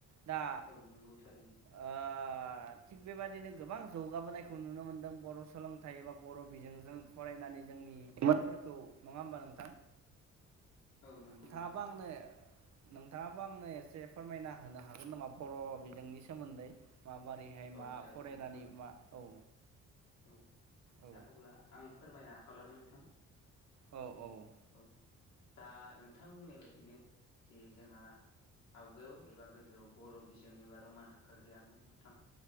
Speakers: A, on the right; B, on the left.
A: दा
B: औ नंगौ थारैनो
A: ओ ओ थिग बेबाददिनो गोबां जौगाबोनायखौ नुनो मोनदों बर' सोलोंथाइ एबा बर' बिजोंजों फरायनानै जोंनि <unintelligible> फोरखौ नङा होमबा नोंथां
B: औ नंगौ
A: थाङाबो
B: नोंथां
A: आंनो नोंथाङाबो आंनो एसे फोरमायना होनो हागोन नामा बर' बिजोंनि सोमोन्दै माबारैहाय
B: औ
A: मा
B: जागोन
A: फरायनानै
B: दे नोंथां
A: मा औ
B: औ
A: औ
B: दा अब्ला आं फोरमायनो आखायाव लाबाय नोंथां
A: औ औ
B: औ दा नोंथां बुंनाय बायदिनो जे जोंहा आव खुगायाव एबा गोदोआव बर' बिजों एबा रमान हांखोआ गैयामोन नोंथां